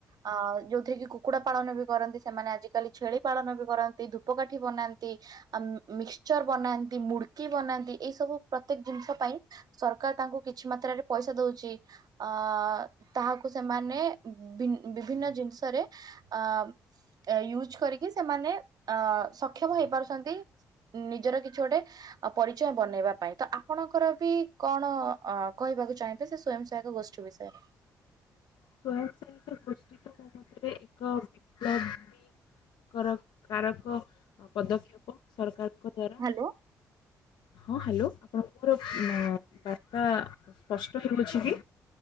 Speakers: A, on the right; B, on the left.
A: ଅ ଯୋଉଥିରେ କି କୁକୁଡା ପାଳନ ବି କରନ୍ତି। ସେମାନେ ଆଜିକାଲି ଛେଳି ପାଳନ ବି କରନ୍ତି। ଧୂପକାଠି ବନାନ୍ତି ଆ ମିକ୍ସଚର ବନାନ୍ତି, ମୁଡକି ବନାନ୍ତି, ଏଇ ସବୁ ପ୍ରତ୍ୟେକ ଜିନିଷ ପାଇଁ ସରକାର ସରକାର ତାଙ୍କୁ କିଛି ମାତ୍ରାରେ ପଇସା ଦଉଛି ଅ ତାହାକୁ ସେମାନେ ବିଭିନ୍ନ ଜିନିଷରେ ଅ ୟୁଜ କରିକି ସେମାନେ, ଅ ସକ୍ଷମ ହେଇପାରୁଛନ୍ତି ନିଜର କିଛି ଗୋଟେ ପରିଚୟ ବନେଇବା ପାଇଁ। ତ ଆପଣଙ୍କର ବି କଣ ଅ କହିବାକୁ ଚାହିଁବେ ସେ ସ୍ଵୟଂ ସହାୟକ ଗୋଷ୍ଠୀ ବିଷୟରେ?
B: ସ୍ଵୟଂ ସେହାକ ଗୋଷ୍ଠୀ ତ ମମତରେ ଏକ ବିପ୍ଲବ କାରକ ପଦକ୍ଷେପ ସରକାରଙ୍କ ଦ୍ଵାରା
A: ହ୍ୟାଲୋ।
B: ହଁ ହ୍ୟାଲୋ ଆପଣଙ୍କର ବାର୍ତ୍ତା ସ୍ପଷ୍ଟ ହେଉଛି କି?